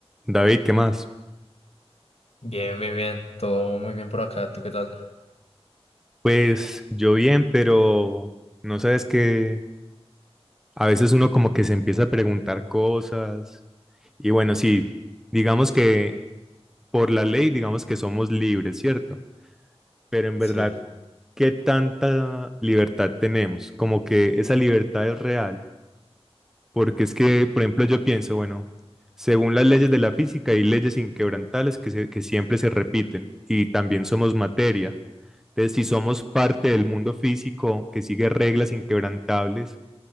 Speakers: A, in the centre; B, on the left.
A: David, ¿qué más?
B: Bien, bien, bien. Todo muy bien por acá. ¿Tú qué tal?
A: Pues yo bien, pero no sabes que a veces uno como que se empieza a preguntar cosas y bueno, sí, digamos que por la ley, digamos que somos libres, ¿cierto? Pero en
B: Sí.
A: verdad, ¿qué tanta libertad tenemos? Como que esa libertad es real, porque es que, por ejemplo, yo pienso, bueno, según las leyes de la física hay leyes inquebrantables que, se- que siempre se repiten y también somos materia. Entonces, si somos parte del mundo físico que sigue reglas inquebrantables,